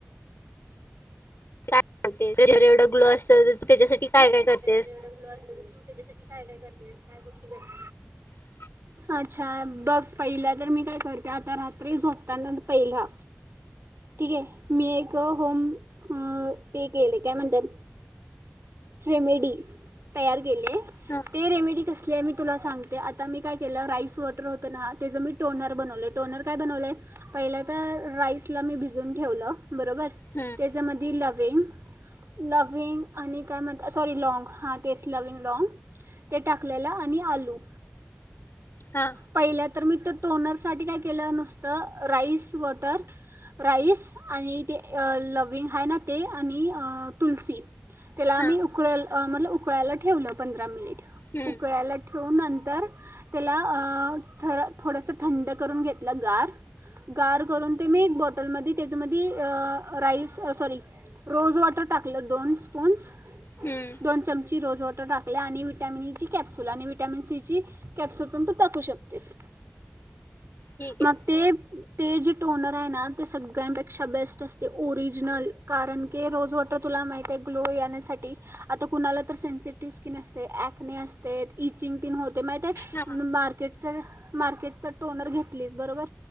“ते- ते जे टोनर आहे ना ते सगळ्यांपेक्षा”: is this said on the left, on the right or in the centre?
Right